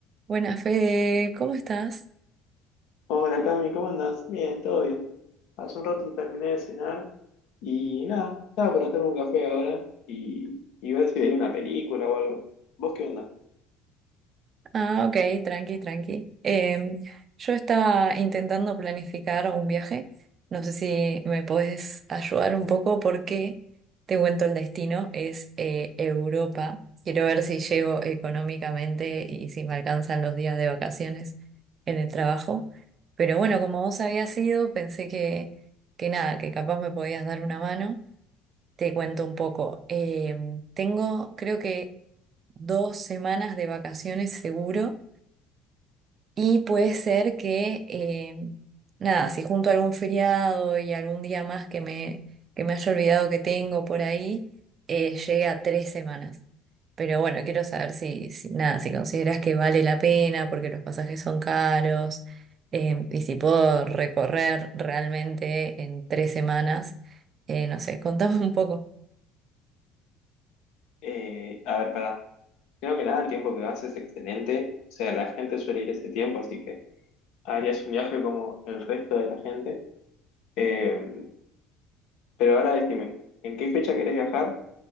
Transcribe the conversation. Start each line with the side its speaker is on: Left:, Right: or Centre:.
Right: Buenas, Fede, ¿cómo estás?
Left: Hola Cami, ¿cómo andas? Bien, todo bien. Hace un rato terminé de cenar y nada, estaba por hacerme un café ahora y, y ver si veía una película o algo. ¿Vos qué onda?
Right: Ah, ok, tranqui, tranqui. Em, yo estaba intentando planificar un viaje. No sé si me podés ayudar un poco porque te cuento el destino, es eh, Europa. Quiero ver si llego económicamente y si me alcanzan los días de vacaciones en el trabajo. Pero bueno, como vos habías ido, pensé que, que nada, que capaz me podías dar una mano. Te cuento un poco. Em, tengo, creo que dos semanas de vacaciones seguro y puede ser que, eh, nada, si junto algún feriado y algún día más que me, que me haya olvidado que tengo por ahí, eh, llegue a tres semanas. Pero bueno, quiero saber si, si- nada, si consideras que vale la pena porque los pasajes son caros eh, y si puedo recorrer realmente en tres semanas, eh, no sé, contame un poco.
Left: Eh, a ver, pará. Primero que nada, el tiempo que vas es excelente. O sea, la gente suele ir ese tiempo, así que harías un viaje como el resto de la gente. Eh, pero ahora decime, ¿en qué fecha querés viajar?